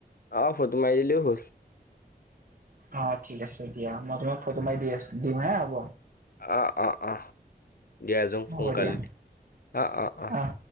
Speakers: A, on the left (about 65°); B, on the right (about 55°).
A: অ ফটো মাৰি দিলেও হ'ল।
B: অ ঠিক আছে দিয়া মই তোমাক ফটো মাৰি দি আছো দিওঁ হা, হ'ব।
A: আহ অ অ দিয়া যোঙ সোনকালি
B: হ'ব দিয়া
A: দি অ অ অ।
B: অহ।